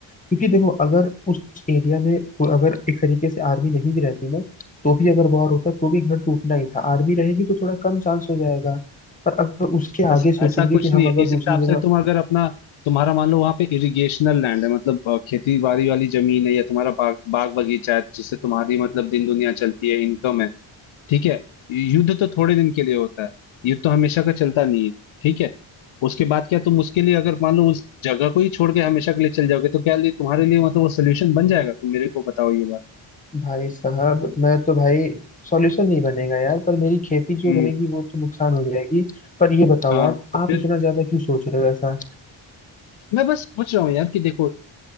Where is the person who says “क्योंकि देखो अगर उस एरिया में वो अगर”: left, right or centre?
Left